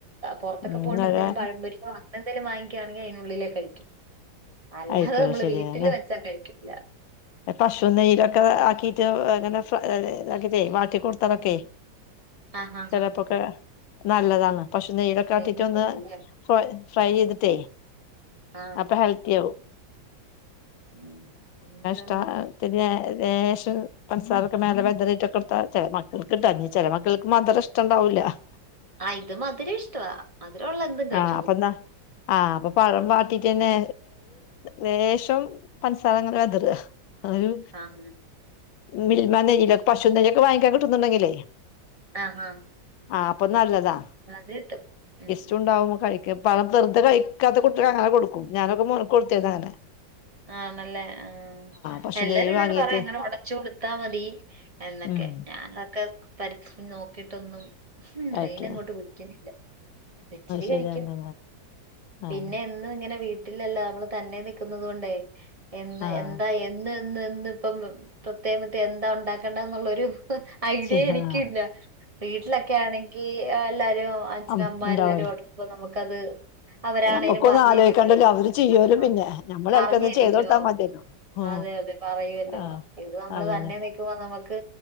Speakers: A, on the right; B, on the left.
A: പൊറത്തൊക്കെ
B: ഇന്നലെ
A: പോയിട്ട് എന്തെങ്കിലും പഴമ്പൊരിയോ എന്തേലും വാങ്ങിക്കയാണെങ്കിൽ അതിനുള്ളിലേ കഴിക്കും അല്ലാതെ
B: അയിക്ക
A: നമ്മൾ
B: ശരിയാണ്
A: വീട്ടിൽ വെച്ചാ കഴിക്കു ല്ല
B: പശു നെയയിലൊക്കെ ആക്കീട്ട് അങ്ങനെ ഇതാക്കിട്ടേ വാട്ടി കൊടുത്താലൊക്കെ
A: ആഹ് ആഹ്
B: ചെിലപ്പോൊക്കെ
A: ആഹ്
B: നല്ലതാണ് പശൂനെയിലൊക്കെ
A: നെയ്യ്
B: അകീറ്റ്
A: ഇടത്തില്ലേ
B: ഒന്ന് ഫ്ര ഫ്രൈ ചെയ്തിട്ടേ
A: ആഹ്
B: അപ്പൊ ഹൽത്തിയാവും
A: <inaudible>
B: ന്ന <inaudible> വിശം പഞ്സാറൊക്കെ മേല ലേശം ലേശം പൻസാരഒക്കെമേലെ വെതറിയിട്ടൊക്കെടുത്ത മക്കൾക്ക് ട്ടൊ ചില മക്കൾക്ക് മധുരഇഷ്ടണ്ടാവൂല <inaudible>
A: ആ ഇത മധുരം ഇഷ്ടവാ മധുരം ഉള്ള എന്തും കഴിച്ചോകും
B: ആഹ് അപ്പന്താ ആഹ് അപ്പൊ പഴം വാറ്റീട്ടെന്നെ ലേശം പഞ്സാരങ്ങ വതറുക അഒരു
A: ആഹ്
B: മിൽമ നയിലൊെ പശു നെയല്ലൊക്കെ വാങ്ങിക്കാൻ കിട്ടുന്നുണ്ടെങ്കിലേ --
A: <unintelligible>
B: ആപൊനല്ലതാ
A: <unintelligible>
B: ചുണ്ടാവും പഴംവെറ്തെ കഴിക്കാത്ത കുട്ടികൾക്ക് അങ്ങനെ കൊടുക്കും ഞാനൊക്കെ മോൾക്ക്കൊടുതെന്ന്അങ്ങനെ
A: ആണല്ലേ ആ
B: പശു
A: എല്ലാരും
B: നെയ്യ്
A: എന്നോട്
B: വാങ്ങീട്ട്
A: പറയും അങ്ങനെ ഉടച്ചു കൊടുത്താ മതി എന്നൊക്കെ
B: ഉം
A: ഞാാന അതൊക്കെ പരി <unintelligible> നോക്കിട്ടൊന്നും ഉം
B: കഴിക്ക
A: അയിന അങ്ങോട്ട് വിളിക്കിനില്ല ഇച്ചിരി
B: ശരിയാണ്
A: കഴിക്ക്
B: ആഹ്
A: പിന്നെ എന്നും ഇങ്ങനെ വീട്ടിലല്ല നമ്മള് തന്നെ നിൽക്കുന്നതുകൊണ്ടേ എന്ന്
B: ആഹ്
A: എന്താഎന്ന് ഇന്ന്ഇന്ന് ഇപ്പം പ്രത്യേ <unintelligible> കത്തെ എന്താ ഉണ്ടാക്കേണ്ടന്നുള്ളരു ഐഡിയ
B: ശരി
A: എനിക്കില്ല
B: ആഹ്
A: വീട്ടിലൊക്കെ ആണെങ്കി എല്ലാരും അച്ഛനും
B: ആഹ്
A: അമ്മ
B: ഉണ്ടാവല്ലോ
A: എല്ലാരും ഓടക്ക്പ <unintelligible> നമുക്കത് അവരാണേലും
B: ഞമ്മക്കൊന്നും
A: പറഞ്ഞു
B: ആലോയിക്കണ്ടല്ലോ
A: തരുല്ല
B: അവര് ചെയ്യോലോ
A: <unintelligible>
B: പിന്നെ ഞമ്മള് ചെലപ്പോ
A: പറഞ്ഞിരുല്ലോ
B: എന്തെങ്കിലും ചെയ്ത് കൊടുത്താ മതിയല്ലോ ഓ
A: അതെ അതെ പറയൂല്ലോ
B: ആഹ്
A: ഇത് നമ്മൾ
B: അതന്നെ
A: തന്നെ നിക്കുമ്പോനമു നമക്ക്